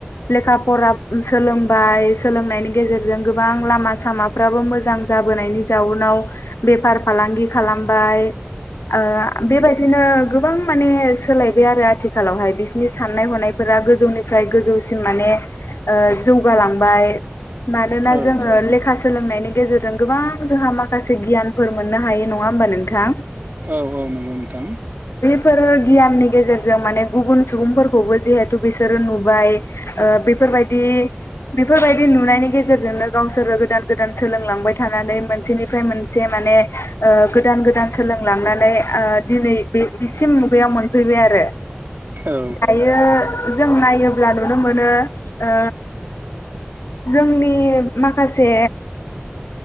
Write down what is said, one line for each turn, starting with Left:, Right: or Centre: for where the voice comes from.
Left: लेखा फरा सोलोंबाय सोलोंनायनि गेजेरजों गोबां लामा सामाफ्राबो मोजां जाबोनायनि जाउनाव बेफार फालांगि खालामबाय ओ बेबायदिनो गोबां माने सोलायबाय आरो आथिखालावहाय बिसनि साननाय हनायफोरा। गोजौनिफ्राय गोजौसिम माने जौगालांबाय। मानोना
Right: औ
Left: जोङो लेखा सोलोंनायनि गेजेरजों गोबां जोंहा माखासे गियानफोर मोननो हायो नङा होमबा नोंथां?
Right: औ औ नंगौ नोंथां।
Left: बेफोर गियाननि गेजेरजों माने गुबुन सुबुंफोरखौबो जिहेथु बिसोरो नुबाय ओ बेफोरबाय दि बेफोरबायदि नुनायनि गेजेरजोंनो गावसोरो गोदान गोदान सोलोंलांबाय थानानै मोनसेनिफ्राय मोनसे माने माने ओ गोदान गोदान सोलोंलांनानै ओ दिनै बे बिसिम मुगायाव मोनफैबाय आरो।
Right: औ
Left: दायो जों नायोब्ला नुनो मोनो ओ जोंनि माखासे